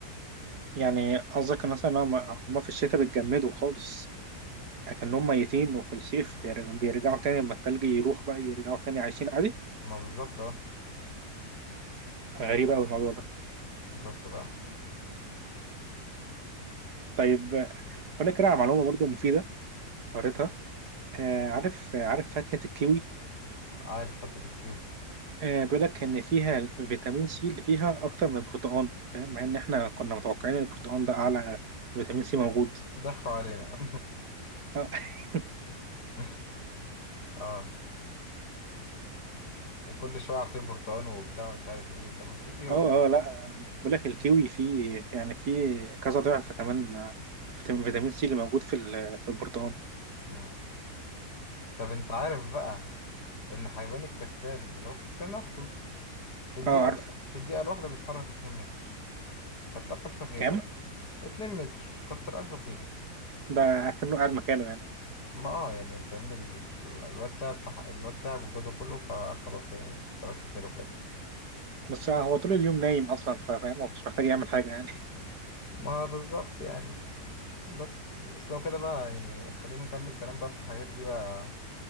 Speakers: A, on the right; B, on the left.
A: يعني قصدك مثلا هم هم في الشتاء بيتجمدوا خالص أكنهم ميتين وفي الصيف بيرج- بيرجعوا تاني لما التلج يروح بقى يرجعوا تاني عايشين عادي
B: ما بالظبط اه
A: غريبة أوي الموضوع ده
B: ما شفت بقى
A: طيب أقول لك كده على معلومة برضو مفيدة قريتها آه عارف عارف فاكهة الكيوي
B: عارف فاكهة الكيوي
A: آه بيقول لك إن فيها فيتامين سي اللي فيها أكتر من البرتقال فاهم مع إن إحنا كنا متوقعين إن البرتقال ده أعلى فيتامين سي موجود
B: ضحكوا علينا
A: <laughs>
B: <laughs> اه وكل شوية عصير برتقال وبتاع مش عارف ايه طب ما في كيوي
A: اه
B: يا جماعة
A: اه لا بقول لك الكيوي فيه يعني فيه كذا ضعف كمان فيتام- فيتامين سي اللي موجود في ال- في البرتقال
B: مم. طب انت عارف بقى ان حيوان الكسلان اللي هو الكسلان نفسه في الدقيقة
A: اه عارف
B: في الدقيقة الواحدة بيتحرك 2 متر كتر ألف خيره
A: كام
B: يعني 2 متر كتر ألف خيره
A: ده كأنه قاعد مكانه يعني
B: ما اه يعني فاهمني ال- الواد تعب في حق الواد تعب والجو كله فخلاص يعني كتر ألف خيره بجد
A: بس هو طول اليوم نايم اصلا فاهم هو مش محتاج يعمل حاجه يعني
B: ما بالظبط يعني بس بس لو كده بقى يعني خلينا نكمل كلام بقى في الحاجات دي بقى